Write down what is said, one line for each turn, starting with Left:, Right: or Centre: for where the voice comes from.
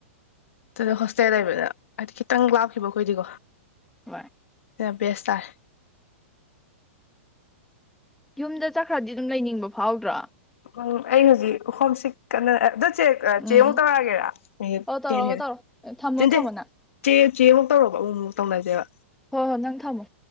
Left: ꯑꯗꯨꯗ ꯍꯣꯁꯇꯦꯜ ꯂꯩꯕꯅ ꯍꯥꯏꯗꯤ ꯈꯤꯇꯪ ꯂꯥꯞꯈꯤꯕ ꯑꯩꯈꯣꯏꯗꯤꯀꯣ
Centre: ꯍꯣꯏ
Left: ꯕꯦꯁ ꯇꯥꯔꯦ
Centre: ꯌꯨꯝꯗ ꯆꯠꯈ꯭ꯔꯗꯤ ꯑꯗꯨꯝ ꯂꯩꯅꯤꯡꯕ ꯐꯥꯎꯗ꯭ꯔꯣ
Left: ꯎꯝ ꯑꯩ ꯍꯧꯖꯤꯛ ꯍꯣꯝꯁꯤꯛ ꯀꯟꯅ ꯆꯦ
Centre: ꯎꯝ
Left: ꯆꯦꯃꯨꯛ ꯇꯔꯒꯦꯔ ꯇꯦꯟ
Centre: ꯑꯣ ꯇꯧꯔꯛꯑꯣ
Left: ꯍꯦꯜꯂꯦ
Centre: ꯇꯧꯔꯣ ꯊꯝꯃꯣ
Left: ꯇꯦꯟꯗꯦꯟ
Centre: ꯊꯝꯃꯣ ꯅꯪ
Left: ꯆꯦ ꯆꯦ ꯑꯃꯨꯛ ꯇꯧꯔꯛꯑꯣ ꯑꯃꯨꯃꯨꯛ ꯇꯧꯅꯖꯦꯕ
Centre: ꯍꯣꯏ ꯍꯣꯏ ꯅꯪ ꯊꯝꯃꯣ